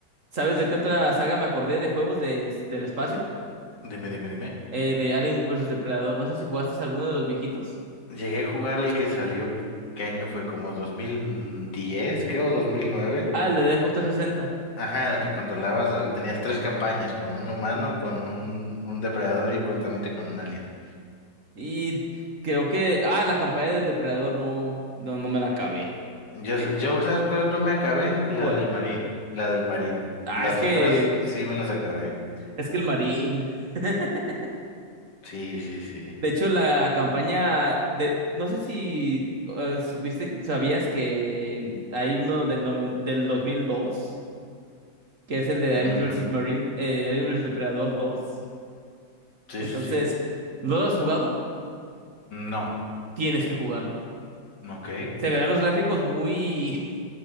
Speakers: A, on the right; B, on the left.
A: ¿Sabes de qué otra saga me acordé de juegos de, del espacio?
B: Dime, dime, dime.
A: Eh, de Alien versus Depredador. No sé si jugaste alguno de los viejitos.
B: Llegué a jugar al que salió, ¿qué año fue? Como 2010, creo, dos mil nueve?
A: Ah, el de Xbox 360.
B: Ajá, en el que controlabas, al- tenías tres campañas, con un humano, con un, un depredador y justamente con un alien.
A: Y creo que, ah, la campaña del depredador no, no, no me la acabé.
B: Yo,
A: Eh,
B: s- yo, ¿sabes cuál no me acabé? La
A: ¿Cuál?
B: del marín, la del marín.
A: Ah,
B: Las
A: es que,
B: otras sí me las acabé.
A: es que el marín. <laughs>
B: Sí, sí, sí.
A: De hecho, la campaña de, no sé si eh, supiste, sabías que hay uno del, noven- del 2002 que es el de
B: Ujú.
A: Alien versus Marine, eh, Alien vs. Depredador dos
B: Sí,
A: Entonces,
B: sí, sí.
A: ¿no lo has jugado?
B: No,
A: Tienes que jugarlo.
B: ok.
A: Se verán los gráficos muy,